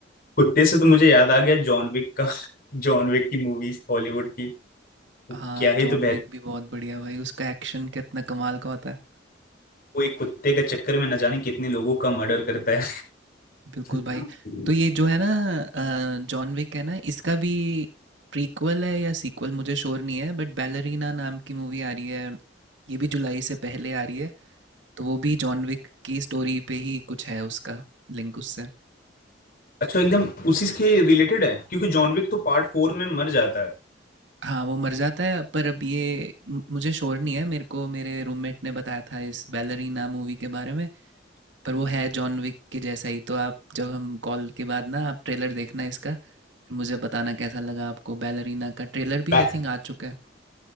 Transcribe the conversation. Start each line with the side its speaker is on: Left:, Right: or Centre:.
Left: कुत्ते से तो मुझे याद आ गया जॉन विक का जॉन विक की मूवीज हॉलीवुड की वो
Right: हाँ
Left: क्या ही
Right: जॉन
Left: तो बेहतर
Right: विक भी बहुत बढ़िया भाई उसका एक्शन कितना कमाल का होता है
Left: वो एक कुत्ते के चक्कर में न जाने कितने लोगों का मर्डर करता है
Right: बिल्कुल
Left: <laughs>
Right: भाई तो ये जो है ना जॉन विक है ना इसका भी प्रीक्वल है या सीक्वल मुझे श्योर नहीं है बट बैलरीना नाम की मूवी आ रही है ये भी जुलाई से पहले आ रही है तो वो भी जॉन विक की स्टोरी पे ही कुछ है उसका लिंक उससे
Left: अच्छा एकदम उसी के रिलेटेड है क्योंकि जॉन विक तो पार्ट फोर में मर जाता है
Right: हाँ वो मर जाता है पर अब ये मु- मुझे श्योर नहीं है मेरे को मेरे रूममेट ने बताया था इस बैलरीना मूवी के बारे में पर वो है जॉन विक के जैसा ही तो आप जब हम कॉल के बाद ना आप ट्रेलर देखना इसका फिर मुझे बताना कैसा लगा आपको बैलरीना का ट्रेलर भी
Left: बै,
Right: आई थिंक आ चुका है